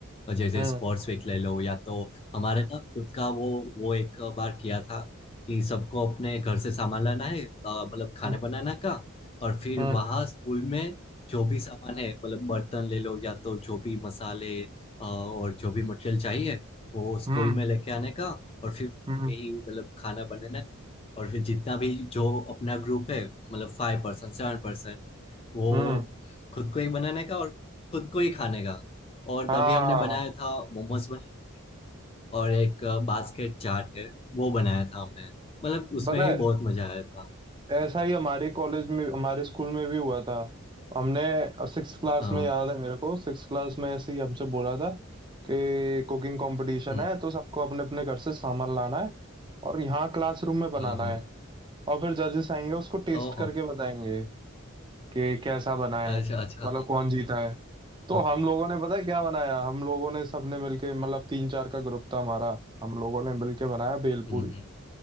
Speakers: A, on the left; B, on the right.
A: और जैसे
B: हम्म
A: स्पोर्ट्स वीक ले लो या तो हमारे ना खुद का वो वो एक बार किया था कि सबको अपने घर से सामान लाना है अ, मतलब खाने
B: हम्म
A: बनाना का और फिर
B: हम्म
A: वहाँ स्कूल में जो भी सामान है मतलब बर्तन ले लो या तो जो भी मसाले अ, और जो भी मटेरियल चाहिए वो स्कूल
B: हम्म
A: में लेके आने का और फिर में
B: हम्म
A: ही मतलब खाना बनाना का और फिर जितना भी जो अपना ग्रुप है मतलब फाइव पर्सन सेवन पर्सन वो
B: हम्म,
A: खुद को ही बनाने का और खुद को ही खाने का और
B: हाँ
A: तभी हमने बनाया था मोमोज बनाए और एक बास्केट चाट है वो बनाया था हमने मतलब उसमें
B: पता
A: ही
B: है
A: बहुत मजा आया था
B: ऐसा ही हमारे कॉलेज में हमारे स्कूल में भी हुआ था हमने सिक्स क्लास
A: हाँ
B: में याद है मेरे को सिक्स क्लास में ऐसे ही हमसे बोला था कि कुकिंग कंपटीशन
A: हम्म,
B: है तो सबको अपने अपने घर से सामान लाना है और यहाँ क्लासरूम में बनाना
A: हाँ हाँ
B: है और फिर जजेस आएंगे उसको टेस्ट
A: ओहो
B: करके बताएंगे कि कैसा बना है
A: अच्छा अच्छा
B: मतलब
A: हाँ
B: कौन
A: हाँ
B: जीता है तो
A: हाँ,
B: हम
A: हाँ,
B: लोगों ने पता है क्या बनाया हम लोगों ने सबने मिलके मतलब तीन चार का ग्रुप था हमारा हम लोगों ने मिलके बनाया भेलपूरी
A: हम्म हम्म,